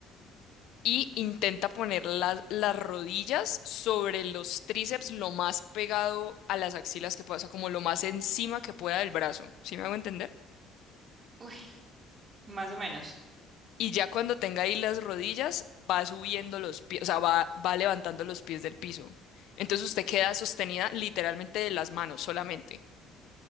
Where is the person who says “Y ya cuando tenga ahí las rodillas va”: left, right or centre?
Left